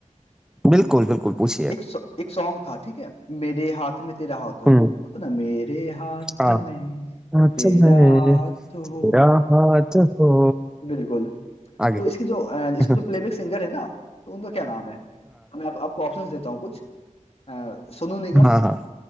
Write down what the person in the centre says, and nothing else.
बिल्कुल बिल्कुल पूछिए
हम्म
हाँ
हाथ
में
तेरा हाथ हो
आगे
<laughs>
हाँ
हाँ हाँ